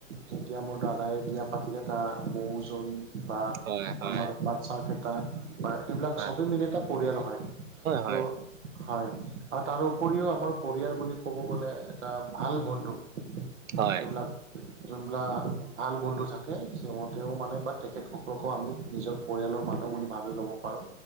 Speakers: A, on the right; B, on the right.
A: যেতিয়া মোৰ দাদাই বিয়া পাতিলে তাৰ বৌজনী। বা
B: হয় হয়
A: আমাৰ বাচ্চাকেটা। বা এইবিলাক
B: হয়
A: চবেই মিলি এটা পৰিয়াল হয়
B: হয় হয়
A: ত'। হয় আৰু তাৰ উপৰিও আমাৰ পৰিয়াল বুলি ক'ব গ'লে। এটা ভাল বন্ধু
B: হয়
A: এইবিলাক। যোনবিলাক ভাল বন্ধু থাকে সিহঁতেও মানে বা তেখেতসকলকো আমি নিজক। পৰিয়ালৰ মানুহ বুলি ভাবি ল'ব পাৰোঁ